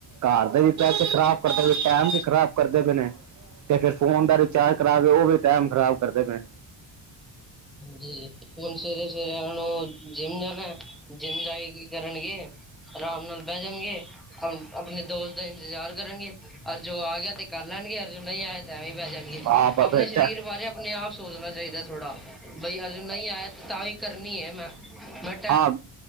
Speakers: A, on the right; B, in the centre.
A: ਘਰ ਦੇ ਵੀ ਪੈਸੇ ਖ਼ਰਾਬ ਕਰਦੇ ਪਏ ਟਾਇਮ ਵੀ ਖਰਾਬ ਕਰਦੇ ਪਏ ਨੇ। ਤੇ ਫਿਰ ਫੋਨ ਦਾ ਰਿਚਾਰਜ ਕਰਾ ਕੇ ਉਹ ਵੀ ਟਾਈਮ ਖਰਾਬ ਕਰਦੇ ਪਏ।
B: ਹਾਂਜੀ। ਹੁਣ ਸਵੇਰੇ ਸਵੇਰੇ ਉਹਨਾਂ ਨੂੰ ਜਿੰਮ ਜਾਣਾ ਜਿੰਮ ਜਾ ਕੇ ਕੀ ਕਰਨਗੇ। ਆਰਾਮ ਨਾਲ ਬਹਿ ਜਾਣਗੇ ਆਪਣੇ ਦੋਸਤ। ਦਾ ਇੰਤਜ਼ਾਰ ਕਰਨਗੇ ਔਰ ਜੋ ਆ ਗਿਆ ਤੇ ਕਰ ਲੈਣਗੇ ਔਰ ਜੋ ਨਹੀਂ ਆਏ। ਐਵੇਂ ਬੈ ਜਾਣਗੇ
A: ਹਾਂ ਬ
B: ਆਪਣੇ
A: ਬੇਟਾ
B: ਸਰੀਰ ਬਾਰੇ ਆਪਣੇ ਆਪ ਸੋਚਣਾ ਚਾਹੀਦਾ ਥੋੜਾ। ਬਾਈ ਅਜ ਨਹੀਂ ਆਇਆ ਤਾਂ ਵੀ ਕਰਨੀ ਹੈ ਮੈਂ ਬਟ
A: ਹਾਂ